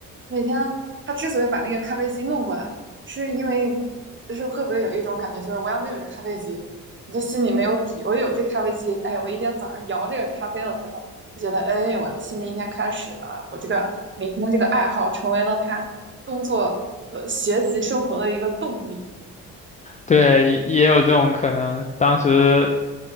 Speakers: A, on the right (about 30°); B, on the left (about 20°).
A: 每天他之所以把那个咖啡机弄过来，是因为就是会不会有一种感觉，就是我要没有这咖啡机，我就心里没有底。我有这咖啡机，哎，我一天早上摇这个咖啡的时候，就觉得哎，我的新的一天开始了。我这个每天这个爱好成为了他工作、和学习、生活的一个动力。
B: 对，也有这种可能。当时